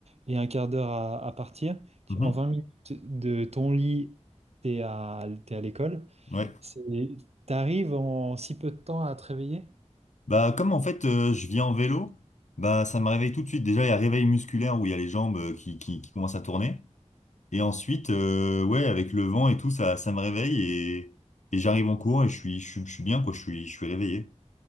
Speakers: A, on the right; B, on the left.
A: et un quart d'heure à, à partir, tu-
B: Mhm.
A: en 20 minutes de ton lit, t'es à, t'es à l'école,
B: Ouais.
A: c'est, t'arrives en si peu de temps à te réveiller?
B: Bah, comme en fait, euh, je viens en vélo, bah, ça me réveille tout de suite. Déjà, il y a réveil musculaire où il y a les jambes euh, qui, qui, qui commencent à tourner. Et ensuite, euh, ouais, avec le vent et tout, ça, ça me réveille et, et j'arrive en cours et je suis, je suis, je suis bien, quoi, je suis, je suis réveillé.